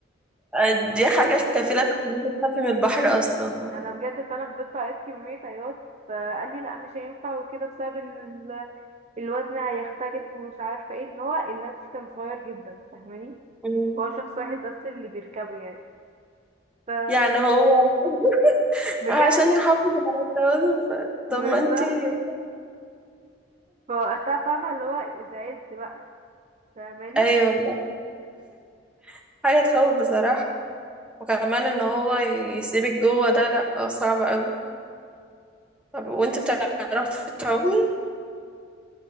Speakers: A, in the centre; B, on the right.
A: دي حاجة
B: <laughs>
A: كفيلة تخليكي تخافي من البحر أصلا
B: انا بجد فانا فضلت اعيط كميه عياط فقال لي لا مش هينفع وكده بسبب ان ال- الوزن هيختلف ومش عارفه ايه ان هو اللانش كان صغير جدا فاهماني
A: مم.
B: هو شخص واحد بس اللي بيركبه يعني ف
A: يعني هو <laughs>
B: بجد
A: عشان يحافظ على التوازن ف...
B: بالظبط
A: طب ما انتي
B: فوقتها فاهمة اللي هو زعلت بقى فاهماني
A: أيوة <laughs> حاجة تخوف بصراحة وكمان إن هو يسيبك جوه ده لأ صعب أوي طب وانت بتعرفي تعومي